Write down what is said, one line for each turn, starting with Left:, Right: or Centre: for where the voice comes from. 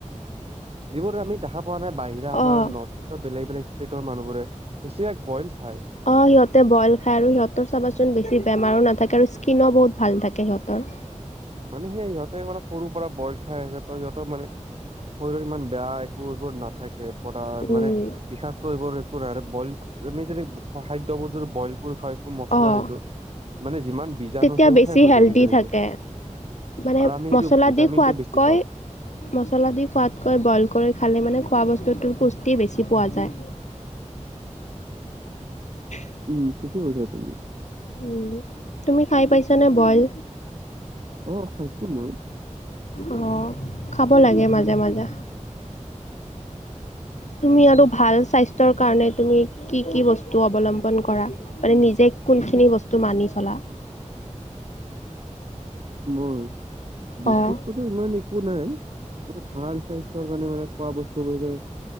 Right: যিবোৰ আমি দেখা পোৱা নাই বাহিৰা আমাৰ
Left: অ'
Right: নৰ্থ ইষ্ট বেলেগ বেলেগ ষ্টেটৰ মানুহ বোৰে বেছিভাগ বইল খায়
Left: অ সিহঁতে বইল খায় আৰু সিহঁতৰ চাবাচোন বেছি বেমাৰো নাথাকে আৰু স্কীনো বহুত ভাল থাকে সিহঁতৰ
Right: মানে সেই সিহঁতে মানে সৰু পৰা বইল খাই আছে ত সিহঁতৰ মানে শৰীৰত ইমান বেয়া একো এইবোৰ নাথাকে পৰা
Left: উম
Right: মানে বিষাক্ত এইবোৰ একো নাই বইল আমি যদি ব খোৱা খাদ্যবোৰ যদি বইল কৰি খাই একো মছলা
Left: অঁ
Right: নিদিওঁ মানে যিমান বিজাণু
Left: তেতিয়া
Right: আছে এইবোৰ
Left: বেছি
Right: শেষ হৈ
Left: হেল্ডি
Right: যায় নিজে নিজে
Left: থাকে। মানে
Right: আৰু আমি সেইটো
Left: মছলা
Right: ভিটামিন
Left: দি খোৱাতকৈ
Right: টো বেছি পাওঁ
Left: মছলা দি খোৱাতকৈ বইল কৰি খালে মানে খোৱা বস্তুটোৰ পুষ্টি বেছি পোৱা যায় <unintelligible>
Right: উম ঠিকেই কৈছা তুমি
Left: উম তুমি খাই পাইছানে বইল
Right: অ খাইছো মই
Left: অ খাব লাগে মাজে মাজে তুমি আৰু ভাল স্বাস্থ্যৰ কাৰণে তুমি কি কি বস্তু অৱলম্বন কৰা মানে নিজে কোনখিনি বস্তু মানি চলা
Right: মই বিশেষকৈ
Left: অঁ
Right: টো ইমান একো নাই মানে ভাল স্বাস্থ্যৰ কাৰণে মানে খোৱা বস্তুবোৰ যে